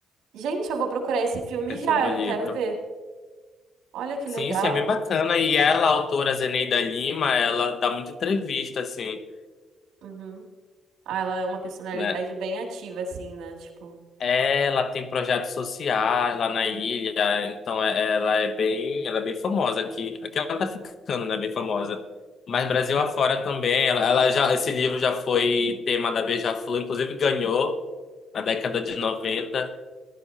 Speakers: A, on the right (about 80°); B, on the left (about 55°).
A: gente, eu vou procurar esse filme
B: que é sobre
A: já,
B: o
A: eu
B: livro.
A: quero ver. Olha que
B: Sim,
A: legal.
B: sim, é bem bacana. E ela, a autora Zeneida Lima, ela dá muita entrevista, assim,
A: Uhum. Ah, ela é uma personalidade
B: né?
A: bem ativa, assim, né? Tipo,
B: Ela tem projetos sociais lá na
A: Uhum.
B: ilha, então é- ela é bem, ela é bem famosa aqui. Aqui ela tá ficando, né? Bem famosa. Mas Brasil afora também, ela, ela já, esse livro já foi tema da Beija-Flor, inclusive ganhou na década de noventa